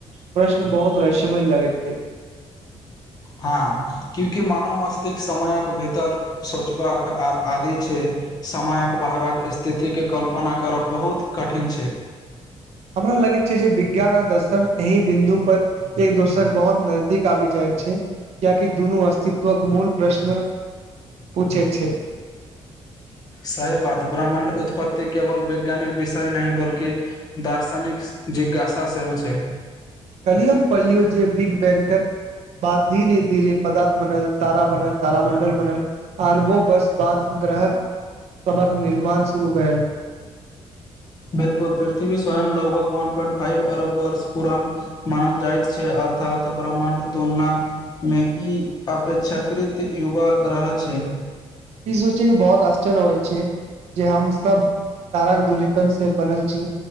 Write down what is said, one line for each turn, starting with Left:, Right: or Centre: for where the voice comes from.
Right: प्रश्न बहुत रहस्यमय लगैत छै।
Left: हँऽ क्याकि मानव मस्तिक समयक भीतर सोचबाक आदि छै समयक बाहरक स्थितिके कल्प -पना करब बहुत कठिन छै।
Right: हमरा लगैत छै जे विज्ञान आ दर्शन एहि बिन्दु पर एक दोसर बोहोत नजदीक आबि जाएत छै। कियेकि दुनू अस्तित्वक मूल प्रश्न पूछै छै।
Left: सही बात ब्रह्मण्ड उत्पत्ति केवल वैज्ञानिक विषय नहि बल्कि दार्शनिक जिज्ञासा सेहो छै।
Right: कल्हिये हम पढ़लियै जे बिग-बैंकक बाद धीरे-धीरे पदार्थ बनल तारा बनल तारामण्डल बनल अरबो वर्ष बाद ग्रहक सबहक निर्माण शुरू भेल।
Left: बिलकुल पृथ्वी स्वयं लगभग वन पोइंट फाइव अरब वर्ष पुरान मानल जाइत छै। आर थात ब्रह्माण्ड तुलना मे ई अपेक्षाकृत युवा ग्रह छै।
Right: ई सोचि कऽ बहोत आश्चर्य होए छै। जे हमसब ताराक धुलिकन से बनल छी।